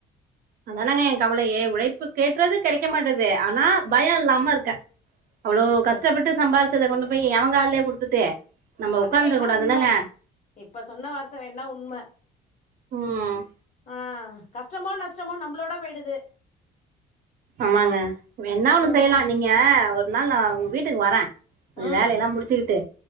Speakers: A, on the right (about 60°); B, on the left (about 45°).
A: அதானாங்க எ கவலயே உழைப்பு கேட்றது கெடைக்க மாட்டுது ஆனா பயோ இல்லாம இருக்க அவ்ளோ கஷ்டப்பட்டு சம்பாிச்சத கொண்டு போய் எவங்கால்யோ குடுத்துட்டு நம்ம
B: அது
A: உக்காந்துர
B: வேணா
A: கூடாதுல்லங்க
B: உண்ம இப்ப சொன்ன வார்த்த வேணா உண்ம
A: ம்
B: ஆ கஷ்டமோ நஷ்டமோ நம்பளோட போயிடுது
A: ஆமாங்க வேண்ணா
B: ம்
A: ஒண்ணு செய்லா நீங்க ஒரு நாள் நா உங்க வீட்டுக்கு வர கொஞ்சோ
B: ம்
A: வேலெல்லா முடிச்சுக்கிட்டு